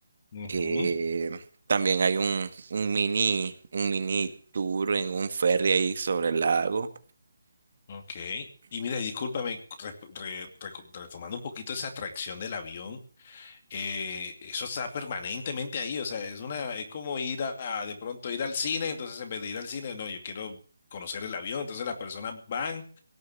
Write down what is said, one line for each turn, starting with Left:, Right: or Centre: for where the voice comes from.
Left: Ujú,
Right: Eh, también hay un, un mini, un mini tour en un ferry ahí sobre el lago.
Left: ok. Y mira, y discúlpame, re- re- recu- retomando un poquito esa atracción del avión, eh, eso está permanentemente ahí, o sea, es una, es como ir a, a de pronto ir al cine, entonces en vez de ir al cine, no, yo quiero conocer el avión, entonces las personas van,